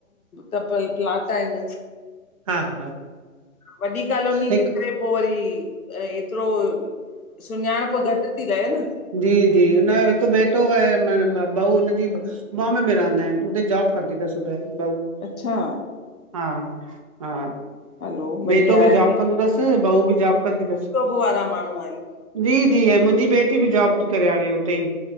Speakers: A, on the left (about 75°); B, on the right (about 25°).
A: त प्लाट आहिनि।
B: हा- हा
A: वॾी कॉलोनी
B: हिकु
A: जे करे पोइ वरी एतिरो सुञाणपि घटि ती लहे न,?
B: जी- जी हुनजो हिकु बेटो ऐं ॿ ॿहु हुनजी बाम्बे में रहंदा आहिनि, उते जॉबु कंदी तसि ॿऊ।
A: अच्छा?
B: हा- हा
A: हलो बढ़िया
B: बेटो बि
A: आहे
B: जॉबु कंदो तसि, बहू बि जॉबु कंदी तसि।
A: हो वारां माण्हूं आहिनि।
B: जी -जी ऐं मुंहिंजी बेटी बि जॉबु ती करे हाणे उते ई।